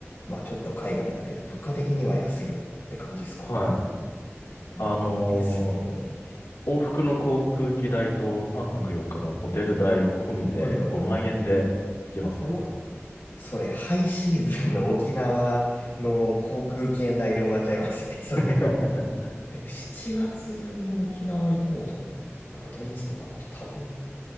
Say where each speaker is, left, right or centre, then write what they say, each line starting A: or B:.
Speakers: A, on the left (about 50°); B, on the left (about 80°).
A: まあちょっと海外だけど、物価的には安いよって感じですか。
B: はい。
A: まあいいですね。
B: あのー往復の航空機代と3泊4日のホテル代込みで5万円で行けますね。
A: はいはいはい。うわ、それハイシーズンの沖縄の航空券代で終わっちゃいますね、それ。
B: <laughs>
A: でも7月に沖縄行こうと思ったら土日とかだと多分、